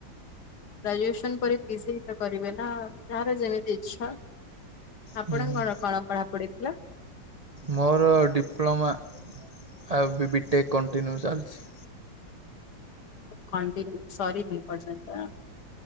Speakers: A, on the left; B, on the right.
A: ଗ୍ରାଜୁଏସନ ପରେ ପି ଜି ତ କରିବେ ନା ଯାହାର ଯେମିତି ଇଛା ଆପଣଙ୍କର
B: ହୁଁ ହୁଁ।
A: କଣ ପଢାପଢିଥିଲା?
B: ମୋର ଡିପ୍ଲୋମା ଆଉ ବି ବି ଟେକ୍ କଣ୍ଟିନ୍ୟୁ ଚାଲିଛି।
A: କଣ କେମିତି ସରିନି ଏପର୍ଯ୍ୟନ୍ତ।